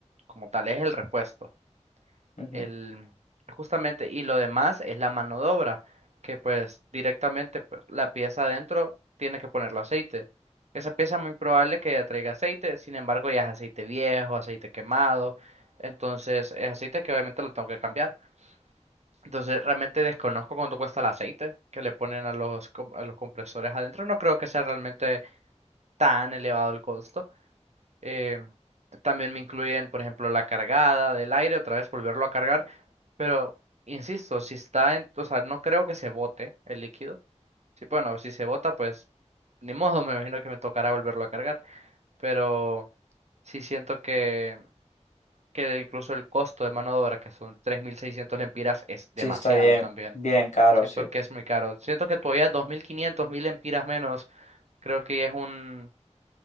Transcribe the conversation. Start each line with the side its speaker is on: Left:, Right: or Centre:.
Right: como tal, es el repuesto.
Left: Ujú.
Right: El, justamente, y lo demás es la mano de obra, que pues directamente pues, la pieza adentro tiene que ponerlo aceite. Esa pieza muy probable que ya traiga aceite, sin embargo ya es aceite viejo, aceite quemado, entonces es aceite que obviamente lo tengo que cambiar. Entonces realmente desconozco cuánto cuesta el aceite que le ponen a los, com- a los compresores adentro, no creo que sea realmente tan elevado el costo. Eh, también me incluyen, por ejemplo, la cargada del aire, otra vez volverlo a cargar. Pero, insisto, si está en, o sea, no creo que se bote el líquido. Sí, bueno, si se bota, pues ni modo, <laughs> me imagino que me tocará volverlo a cargar. Pero sí siento que, que incluso el costo de mano de obra, que son 3.600 lempiras, es demasiado
Left: Sí, está bien,
Right: también.
Left: bien caro,
Right: Siento
Left: sí.
Right: que es muy caro. Siento que todavía 2.500, 1.000 lempiras menos, creo que es un,